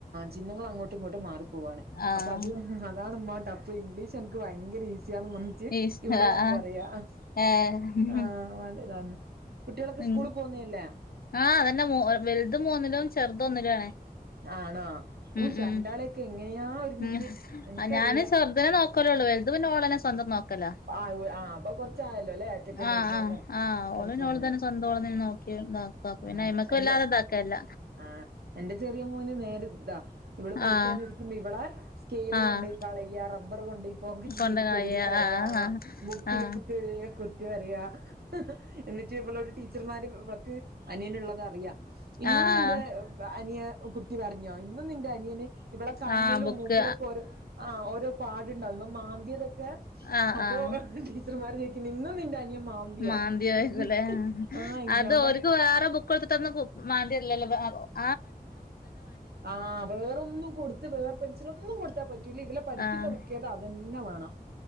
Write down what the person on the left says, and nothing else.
ആഹ്
ഈശ്
ആഹ്
ഏഹ്
ഉം
ആഹ് അതന്നെ മു വലുത് മൂന്നിലും ചെറുത് ഒന്നിലും ആണ്.
ഉം
ഉം
ഉം
ഞാന് ചെർത് നെ നോക്കലൊള്ളൂ വെലുത് പിന്നെ ഓളെന്നെ സ് സ്വന്തം നോക്ക ലാ
ആഹ്
ആഹ് ആഹ്
ഓള്ന്നെ ഓൾതന്നെ സ്വന്തം ഓള്ന്നെ നോക്കി. ക്യും നോക്കക്കും പിന്നെ
അയ്മക്ക്
വല്ലാതെതാക്കേല്ല.
ആഹ്
ആഹ്
കൊണ്ട കായ
ആഹ് ആഹ്
ആഹ്
ആഹ്
ആഹ് ബുക്ക്
ആഹ്
ആഹ്
മാന്തിയായിരിക്കുംല്ലേ
അത്
ഒര്ക്ക് വേറെ ബുക്കൊടുത്ട്ടൊന്നും ബു മണ്ടരില്ലലെ വ് അ
ആഹ്